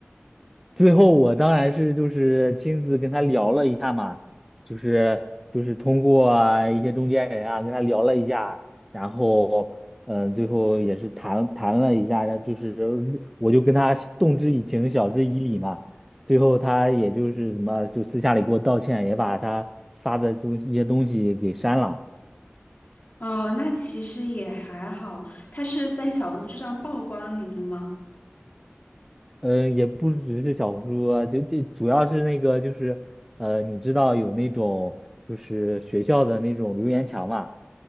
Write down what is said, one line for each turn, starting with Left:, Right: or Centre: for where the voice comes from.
Centre: 最后我当然是就是亲自跟他聊了一下嘛，就是就是通过啊一些中间人啊跟他聊了一下，然后嗯、呃最后也是谈谈了一下，然后就是我就跟他动之以情，晓之以理嘛。最后他也就是什么就私下里给我道歉，也把他发的东一些东西给删了。
Left: 哦，那其实也还好。他是在小红书上曝光您了吗？
Centre: 嗯，也不只是小红书啊，就这主要是那个就是，呃，你知道有那种就是学校的那种留言墙嘛？